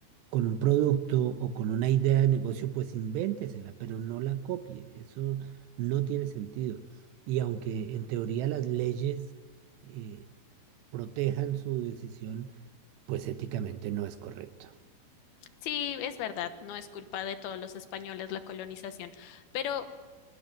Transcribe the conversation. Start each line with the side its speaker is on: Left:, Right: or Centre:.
Right: con un producto o con una idea de negocio, pues invéntesela, pero no la copie. Eso no tiene sentido. Y aunque en teoría las leyes eh, protejan su decisión, pues éticamente no es correcto.
Left: Sí, es verdad, no es culpa de todos los españoles la colonización, pero